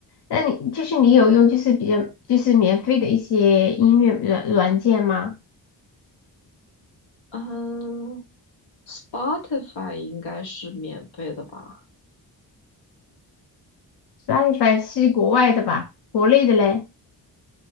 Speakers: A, on the left; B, on the left.
A: 那你就是你有用就是比较就是免费的一些音乐软软件吗
B: 嗯，Spotify 应该是免费的吧？
A: ？Spotify 是国外的吧？国内的嘞？